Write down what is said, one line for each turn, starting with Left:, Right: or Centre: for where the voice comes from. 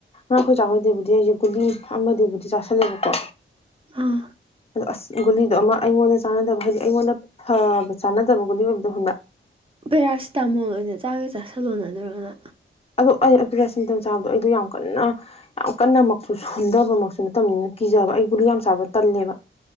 Left: ꯑꯩꯈꯣꯏ ꯆꯥꯍꯣꯏꯗꯦꯕꯨꯗꯤ ꯑꯩꯁꯦ ꯒꯨꯂꯤ ꯑꯃꯗꯤꯕꯨꯗꯤ ꯆꯥꯥꯁꯜꯂꯦꯕꯀꯣ
Right: ꯑꯥ
Left: ꯑ ꯑꯁ ꯒꯨꯂꯤꯗꯣ ꯑꯃ ꯑꯩꯉꯣꯟꯗ ꯆꯥꯟꯅꯗꯕ ꯍꯥꯏꯗꯤ ꯑꯩꯉꯣꯟꯗ ꯐꯕ ꯆꯥꯟꯅꯗꯕ ꯒꯨꯂꯤ ꯑꯣꯏꯕꯗꯣ ꯍꯨꯕ꯭ꯔ
Right: ꯄꯦꯔꯥꯁꯤꯇꯥꯃꯣꯜ ꯑꯣꯏꯅ ꯆꯥꯒꯦ ꯆꯥꯁꯤꯜꯂꯣꯅ ꯑꯗꯨꯔꯒꯅ
Left: ꯑꯗꯣ ꯑꯩ ꯑꯗꯨꯔꯦꯁ ꯅꯤꯡꯇꯝ ꯆꯥꯕꯗꯣ ꯑꯩꯗꯣ ꯌꯥꯝ ꯀꯟꯅ ꯌꯥꯝ ꯀꯟꯅꯃꯛꯁꯨ ꯁꯣꯟꯊꯕꯃꯛꯁꯨ ꯅꯠꯇꯕꯅꯤꯅ ꯀꯤꯖꯕ ꯑꯩꯕꯨꯗꯤ ꯌꯥꯝ ꯆꯕ ꯇꯜꯂꯦꯕ